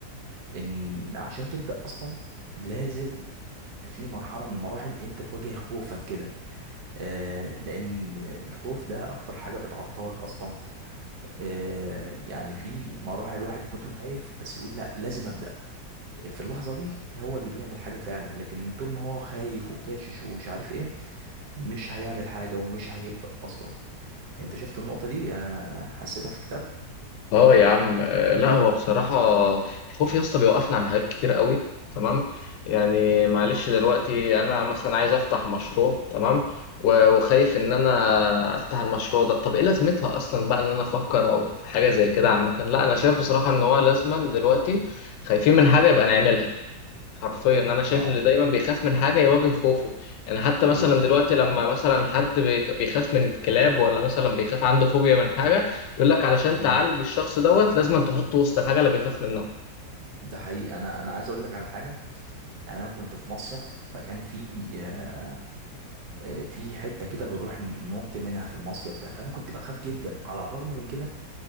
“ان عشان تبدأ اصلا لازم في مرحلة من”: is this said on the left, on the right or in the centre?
Right